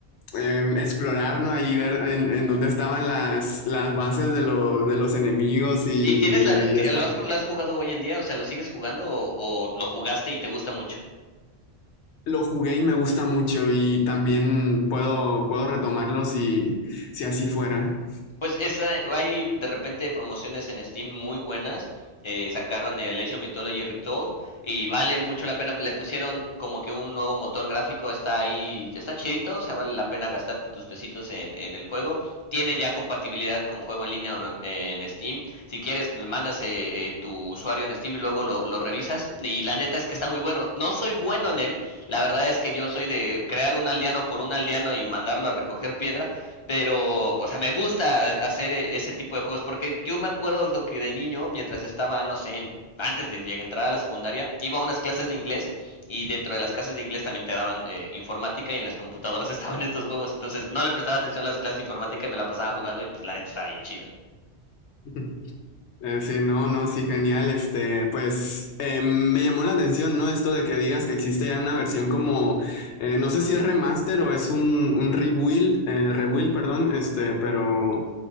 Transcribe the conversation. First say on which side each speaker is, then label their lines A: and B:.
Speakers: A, on the left; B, on the left.
A: em, explorar, ¿no? Ahí ver en, en dónde estaban las, las bases de, lo- de los enemigos y,
B: ¿Y tienes la, lo,
A: y está.
B: has, lo has jugado hoy en día? O sea, ¿lo sigues jugando o, o lo jugaste y te gusta mucho?
A: Lo jugué y me gusta mucho y también puedo, puedo retomarlo si, si así fuera.
B: Pues es, eh, hay de repente promociones en Steam muy buenas. eh, sacaron el Age of Mythology Retold y vale mucho la pena. Le pusieron como que un nuevo motor gráfico. Está ahí, está chidito. O sea, vale la pena gastarte tus pesitos en, en el juego. Tiene ya compatibilidad con juego en línea o no- en Steam. Si quieres, me mandas eh, eh, tu usuario en Steam y luego lo, lo revisas. Y la neta es que está muy bueno. No soy bueno en él. La verdad es que yo soy de crear un aldeano por un aldeano y mandarlo a recoger piedra pero, o sea, me gusta e-, hacer e-, ese tipo de juegos porque yo me acuerdo lo que de niño, mientras estaba, no sé, en- antes de llegar- entrar a la secundaria, iba a unas clases de inglés y dentro de las clases de inglés también te daban eh, informática y en las computadoras <laughs> estaban estos juegos, entonces no le prestaba atención a las clases de informática y me la pasaba jugando y pues la neta estaba bien chido.
A: <laughs> Eh, sí, no, no, sí, genial. Este, pues em, me llamó la atención, ¿no? Esto de que digas que existe ya una versión como, eh, no sé si es remaster o es un, un rebuild, eh, rebuild, perdón, este, pero...